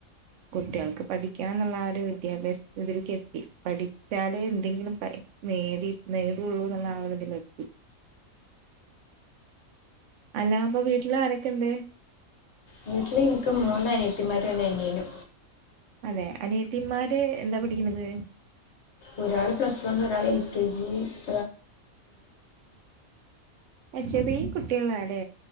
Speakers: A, on the right; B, on the left.
A: കുട്ടികൾക്ക് പഠിക്കണംന്നുള്ള ഒരു വിദ്യാഭ്യാസ ഇതിൽക്ക് എത്തി. പഠിച്ചാല് എന്തെങ്കിലും നേടി നേടള്ളൂ എന്നുള്ള ആ ഒരു ത്തിലെത്തി അല്ലാ അപ്പൊ വീട്ടില് ആരൊക്കെ ഉണ്ട്.
B: വീട്ടില് എനിക്ക് മൂന്ന അനിയത്തിമാരും ഒരു അനിയനു
A: അതെ അനേത്തിന്മാര് എന്താ പഠിക്കണത്.
B: ഒരാൾ പ്ലസ് വൺ ഒരാൾ എൽ കെ ജി.. ല്
A: അ ചെറിയ കുട്ടികളല്ലേ